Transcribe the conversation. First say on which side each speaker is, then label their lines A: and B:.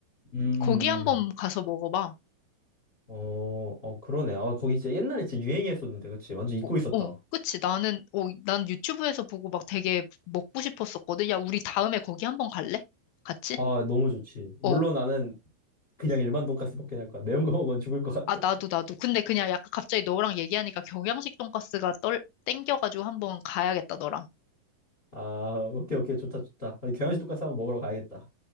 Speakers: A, on the left; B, on the left.
A: 음, 음,
B: 거기 한번
A: 음.
B: 가서 먹어봐.
A: 어, 어, 그러네. 아, 거기 진짜 옛날에 진짜 유행했었는데, 그치? 완전 잊고
B: 오,
A: 있었다.
B: 오, 그치. 나는, 오, 난 유튜브에서 보고 막 되게 먹고 싶었었거든. 야, 우리 다음에 거기 한번 갈래? 같이?
A: 아, 너무 좋지. 물론
B: 어.
A: 나는 그냥 일반 돈가스 먹긴 할 거야. 매운 거 먹으면 죽을 것 같아.
B: 아, 나도, 나도. 근데 그냥 약간 갑자기 너랑 얘기하니까 경양식 돈가스가 떨, 땡겨가지고 한번 가야겠다, 너랑.
A: 아, 오케이, 오케이. 좋다, 좋다. 아니, 경양식 돈까스 한번 먹으러 가야겠다.